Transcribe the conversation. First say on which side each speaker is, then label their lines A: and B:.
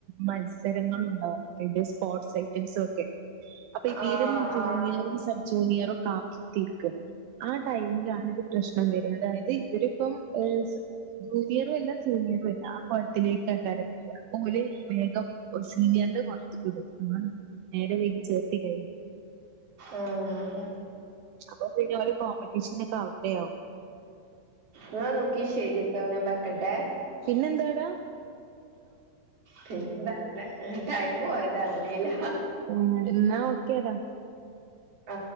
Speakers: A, on the right; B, on the right.
A: മത്സരങ്ങള ഉണ്ടകും ന്റെ സ്പോർട്സ് ഐറ്റംസും ഒക്കെ അപ്പൊ ഇതിലും
B: ആഹ്
A: ജൂനിയറും
B: ആഹ്
A: സബ്ജൂ ജൂനിയർ കാ തിരിക്ക ആ ടൈമിലാണ ഇത് പ്രശ്നം വരുന്നത് അതായത് ഇവരിപ്പം ഏ ജൂനിയറും അല്ല സീനിയറും അല്ല ആ കൊലത്തിലേക്ക്ക്കരബര ഓലെ വേഗം സീനിയറിന്റെ പുറത്തിക്ക്‌ടും നേരം വൈകിചേർത്തി കഴിഞ്ഞ
B: ആഹ്
A: അപ്പൊ പിന്നെ ഒലേ കോമ്പറ്റീഷൻ അവിടെോയാകും
B: എന്ന നോക്കി ശരിട്ടോ നാ വെക്കട്ടെ
A: പിന്നെന്താടാ
B: പിന്നെന്ത ടൈം പോയത് അറിഞ്ഞില്ല
A: ഉ എന്നാ ഓക്കേടാ
B: ആ